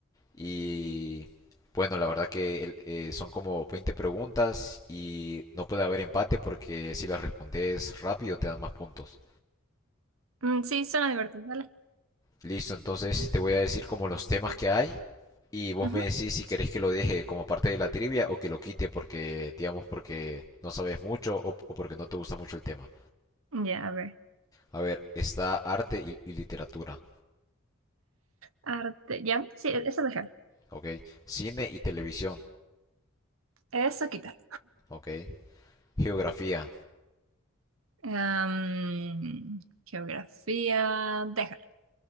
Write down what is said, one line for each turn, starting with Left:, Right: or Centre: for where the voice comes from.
Left: Y bueno, la verdad que el- eh, son como 20 preguntas y no puede haber empate porque si las respondes rápido te dan más puntos.
Right: Mm, sí, suena divertido, vale
Left: Listo, entonces te voy a decir como los temas que hay y vos
Right: Ujú.
Left: me decís si querés que lo deje como parte de la trivia o que lo quite porque, digamos, porque no sabes mucho o, o porque no te gusta mucho el tema.
Right: Ya, a ver.
Left: A ver, está arte y, y literatura,
Right: Arte, ya, sí, e-, eso déjalo.
Left: ¿ok? Cine y televisión,
Right: Eso quítalo.
Left: ¿ok? Geografía,
Right: Am, geografía, déjalo,